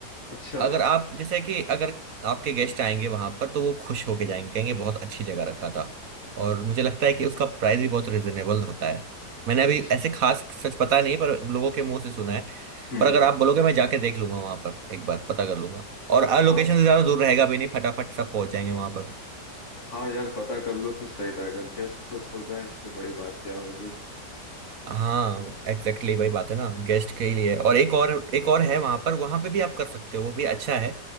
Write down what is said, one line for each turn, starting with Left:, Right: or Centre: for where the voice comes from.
Left: अच्छा
Right: अगर आप जैसे कि अगर आपके गेस्ट आएंगे वहां पर तो वो खुश होके जाएंगे कहेंगे बहुत अच्छी जगह रखा था और मुझे लगता है कि उसका प्राइस भी बहुत रिजनेबल होता है मैंने अभी
Left: अच्छा
Right: ऐसे खास सच पता नहीं पर लोगों के मुंह से सुना है
Left: हम्म
Right: पर अगर
Left: हम्म,
Right: आप बोलोगे मैं जाके देख लूंगा वहां पर एक बार पता कर लूंगा और लोकेशन
Left: हाँ
Right: से ज्यादा दूर रहेगा भी नहीं फटाफट सब पहुंच जाएंगे वहां पर
Left: हाँ यार पता कर लो तो सही रहेगा गेस्ट खुश हो जाए इससे बड़ी बात क्या होगी
Right: हाँ एग्जैक्टली exactly वही बात है ना गेस्ट के ही लिए और एक और एक और है वहां पर वहां पे भी आप कर सकते हो वो भी अच्छा है